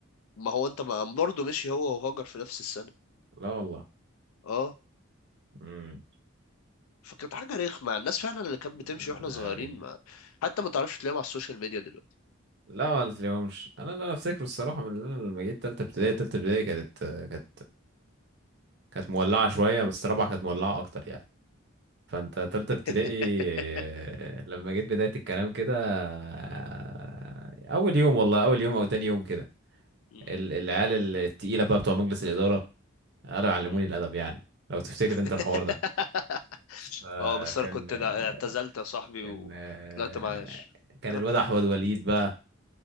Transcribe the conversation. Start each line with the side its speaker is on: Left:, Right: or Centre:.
Left: ما هو انت ما برضه مشي هو وهاجر في نفس السنة
Right: لا والله
Left: اه
Right: امم
Left: فكانت حاجة رخمة الناس فعلا اللي كانت بتمشي
Right: آه،
Left: واحنا صغيرين
Right: غريب
Left: ما حتى ما تعرفش تلاقيهم على السوشيال ميديا دلوقتي
Right: لا ولا تلاقيهمش انا لا لا افتكره الصراحة من اللي أنا لما جيت تالتة ابتدائي تالتة ابتدائي كانت كانت كانت مولعة شوية بس رابعة كانت مولعة اكتر يعني فانت تالتة ابتدائي
Left: <laughs>
Right: آه، لما جيت بداية الكلام كده آه، اول يوم والله اول يوم او تاني يوم كده
Left: مم.
Right: ال- العيال
Left: مم.
Right: التقيلة بقى بتوع مجلس الإدارة قالوا يعلموني
Left: مم.
Right: الأدب يعني لو تفتكر
Left: <laughs>
Right: انت الحوار ده فكان
Left: اه بس انا كنت
Right: آه،
Left: لا- اعتزلت يا صاحبي
Right: كان
Left: وطلعت
Right: آه،
Left: معاش
Right: كان
Left: <clears throat>
Right: الواد احمد وليد بقى